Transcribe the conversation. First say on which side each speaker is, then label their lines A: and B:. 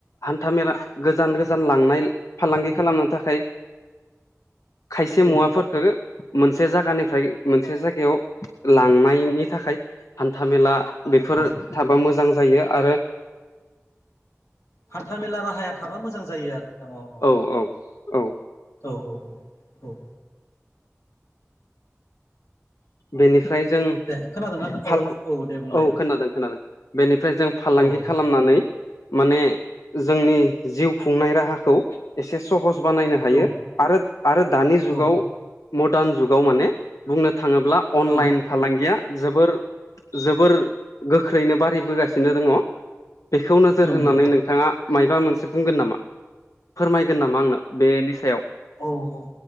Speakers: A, on the left; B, on the left.
A: हान्था मेला गोजान गोजान लांनाय फालांगि खालामनो थाखाय खायसे
B: औ
A: मुवाफोर मोनसे जागानिफ्राय मोनसे जायगायाव लांनायनि थाखाय हान्थामेला बेफोर
B: औ
A: थाबा मोजां जायो आरो
B: हान्था मेला राहाया थाबा मोजां जायो आरो अ
A: औ औ औ
B: औ औ औ
A: बेनिफ्राय जों
B: दे खोनादोंना
A: फालां
B: औ दे बुंलाय
A: औ खोनादों खोनादों बेनिफ्राय जों फालांगि
B: औ दे
A: खालामनानै माने जोंनि जिउ खुंनाय राहाखौ एसे सहस बनायनो हयो
B: औ
A: आरो आरो दानि जुगाव
B: औ
A: मरदान जुगाव माने बुंनो थाङोब्ला अनलाइन
B: औ
A: फालांगिया जोबोर जोबोर गोख्रैनो बारायबोगासिनो दङ। बेखौ नोजोर
B: नंगौ
A: होनानै नोंथाङा मायबा मोनसे बुंगोन नामा फोरमायगोन नामा आंनो बेनि सायाव
B: औ औ